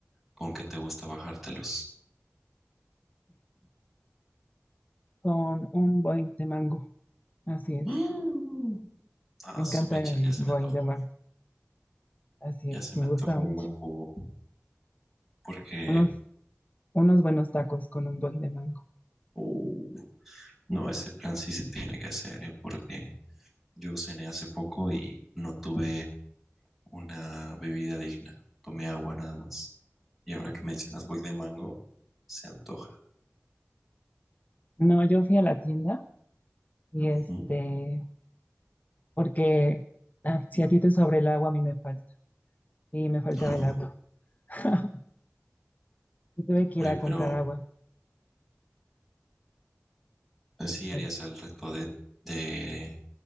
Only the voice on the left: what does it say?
con un boing de mango. Así es,
me
encanta
el
boing de mango. Así
es,
me
gusta mucho.
Unos, unos buenos tacos con un boing de mango.
No, yo fui a la tienda y este,
porque ah, si a ti te sobra el agua, a mí me falta, y me faltaba
el agua. <laughs> Y tuve que
ir a
comprar agua.
Eh,